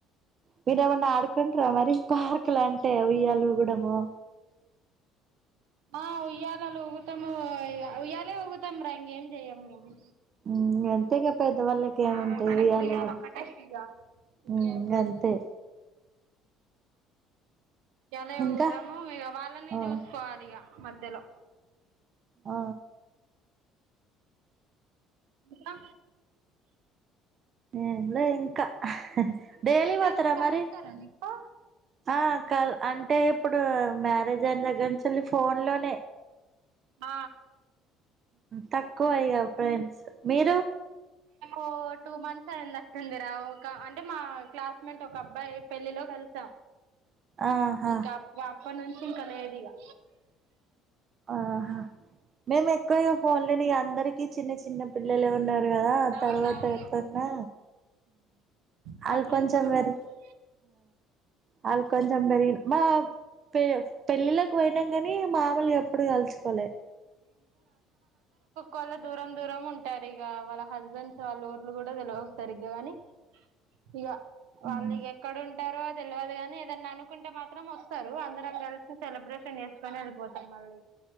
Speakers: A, on the right (about 40°); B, on the right (about 65°).
A: మీరేమైనా ఆడ పట్టుకుంటారా మరి పార్కు లంటే ఉయ్యాల ఉగడమో
B: ఆ ఉయ్యాలలు ఊగుతాము ఉయ్యాలి ఊగుతాం రా ఇంకేం చెయ్యము మేము
A: ఊ అంతేగా పెద్దవాళ్ళకి
B: ఆ
A: ఏముంటాది
B: మనకు
A: ఉయ్యాల ఊగడం
B: ఒకటే ఇగ ఇంకేం
A: ఊ
B: లేదు
A: అంతే
B: ఉయ్యాల ఉగుతాము
A: ఇంకా
B: ఇక వాళ్ళని
A: ఆ
B: చూసుకోవాలి ఇక మధ్యలో
A: ఆ
B: ఇంకా
A: ఎంలే ఇంకా డైలీ
B: మీ ఫ్రెండ్స్
A: పోతారా
B: కలుస్తారా
A: మరి
B: నీకు
A: ఆ క అంటే ఇప్పుడు ఇప్పుడు మ్యారేజ్ అయిన దగ్గర నుంచల్లి ఫోన్ లోనే
B: ఆ
A: తక్కువ ఇగ ఫ్రెండ్స్ మీరు
B: ఓ టూ మంత్స్ అయిందట్టుందిరా ఒక అంటే మా క్లాస్మేట్ ఒక అబ్బాయి పెళ్ళిలో కలిసామ్
A: ఆహా
B: ఇంకా అప్ప అప్పటినుంచి ఇంకా లేదిగా
A: ఆహా మేము ఎక్కువ ఇగ ఫోన్ లేని అందరి అందరికి చిన్న చిన్న పిల్లలే ఉన్నారు కదా
B: అవునవును
A: తర్వాత ఎప్పున్నా వాళ్ళు
B: మా ఫ్రెండ్స్
A: కొంచెం
B: కూడా
A: మరి
B: అంతే
A: వాళ్ళ కొంచెం మరి మా పెళ్ పెళ్ళిళలకు పోయినాం కాని మామూలు ఎప్పుడు కలుచుకోలే
B: వాళ్ళు దూరం దూరం ఉంటారు ఇక వాళ్ళ హస్బెండ్స్ వాళ్ళ ఊర్లు కూడా తెలివవు సరిగ్గా కాని ఇ- వాళ్ళు
A: మ్
B: ఇగ ఎక్కడుం ఉంటారో తెలియదు కానీ ఏదన్నా అనుకుంటే మాత్రం వస్తారు అందరం కలిసి సెలబ్రేషన్ చేసుకొని వెళ్ళిపోతాం మళ్ళీ